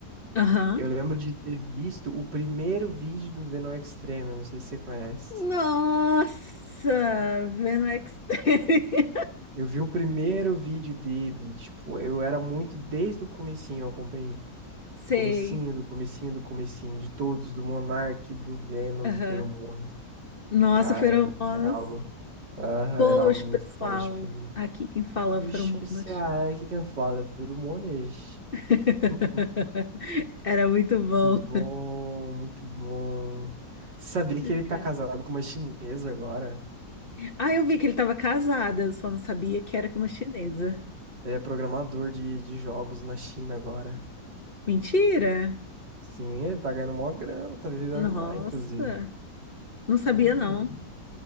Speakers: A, on the left; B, on the right.
A: Aham.
B: Eu lembro de ter visto o primeiro vídeo do Venom Extreme, eu não sei se você conhece.
A: Nossa, vendo Extreme.
B: Eu vi o primeiro vídeo dele, tipo, eu era muito desde o comecinho, eu acompanhei.
A: <laughs> Sei.
B: Comecinho do comecinho do comecinho, de todos, do Monark, do Venom,
A: Aham.
B: do Feromonas.
A: Nossa,
B: Cara,
A: feromonas.
B: era algo. Aham,
A: Boas,
B: era algo
A: pessoal.
B: muito forte pra mim.
A: Aqui quem fala
B: Bicho
A: é o Feromonas.
B: especial, o que que eu falo? Feromonas.
A: <laughs>
B: <laughs>
A: Era muito bom.
B: Muito bom, muito bom. Sabia
A: Chocada.
B: que ele tá casado com uma chinesa agora?
A: Ah, eu vi que ele estava casado, eu só não sabia que era com uma chinesa.
B: Ele é programador de, de jogos na China agora.
A: Mentira!
B: Sim, ele tá ganhando mó grana, tá vivendo
A: Nossa,
B: lá, inclusive.
A: não sabia
B: Uhum,
A: não.